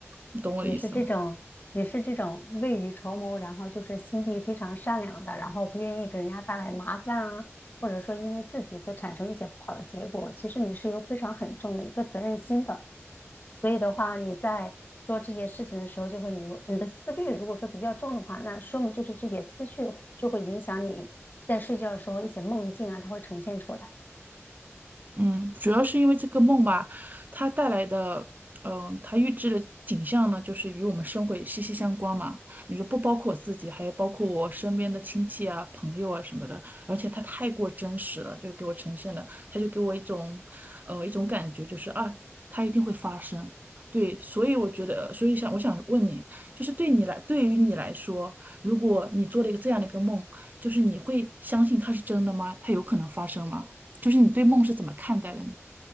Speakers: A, on the right; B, on the left.
A: 你懂我的意思吗？
B: 你是这种，你是这种未雨绸缪，然后就是心地非常善良的，然后不愿意给人家带来麻烦啊，或者说因为自己所产生一些不好的结果，其实你是有非常很重的一个责任心的。所以的话，你在做这些事情的时候，就会你你的思虑如果说比较重的话，那说明就是这些思绪就会影响你在睡觉的时候一些梦境啊，它会呈现出来。
A: 嗯，主要是因为这个梦吧，它带来的，嗯，它预知的景象呢，就是与我们生活也息息相关嘛。你说不包括我自己，还有包括我身边的亲戚啊、朋友啊什么的，而且它太过真实了，就给我呈现了，它就给我一种，呃，一种感觉，就是啊，它一定会发生。对，所以我觉得，所以想我想问你，就是对你来，对于你来说，如果你做了一个这样的一个梦，就是你会相信它是真的吗？它有可能发生吗？就是你对梦是怎么看待的呢？